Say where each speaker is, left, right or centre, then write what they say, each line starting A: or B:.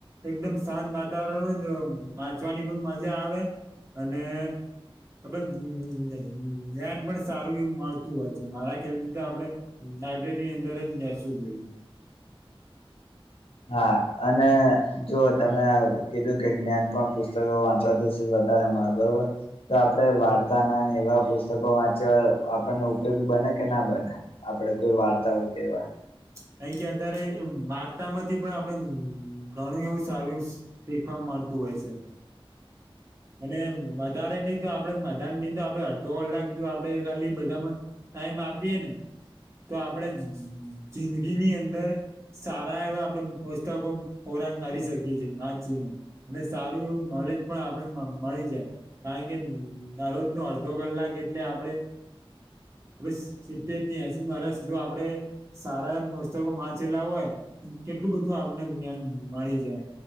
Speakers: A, on the right; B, on the left.
A: એકદમ શાંત વાતાવરણ હોય ને તો વાંચવાની પણ મજા આવે અને. <unintelligible> જ્ઞાન પણ સારું મળતું હોય છે, મારા ખ્યાલ થી તો આપડે. લાયબ્રેરીની અંદર જ બેસવું જોઈએ.
B: હા અને જો તમે કીધું કે જ્ઞાન પણ પુસ્તકો વાંચવાથી <unintelligible> બરોબર તે આપડે વાર્તા ના એવા પુસ્તકો <unintelligible> ઉપયોગી બ ન કે ના બને આપડે કોઈ વાર્તા હોય કેવા.
A: <unintelligible> વાર્તા માંથી પણ આપડ ઘણું એવું સારું શીખવા મળતું. હોય છે. અને વધારે નહી તો આપડે વધા નહી તો આપડે અડધો કલાક જો આપડણે ખાલી બધામાં. ના મા બી એ ને તો આપડે જિંદગીની અંદર સારા એવા આપણે પુસ્તકો. રાંગ હરી શકીએ છીએ વાચી ને અને સારું એવું નોલેજ પણ આપડ મળી જાય કારણ કે દરરોજ નો અડધો કલાક જેટલે આપડે
B: હમ <unintelligible>
A: અ સીધધ <unintelligible> જે માણસ જો આપડે સારા પુસ્તકો વાંચેલા હોય કેટલું બધું આપને જ્ઞાન મણે મળી જાય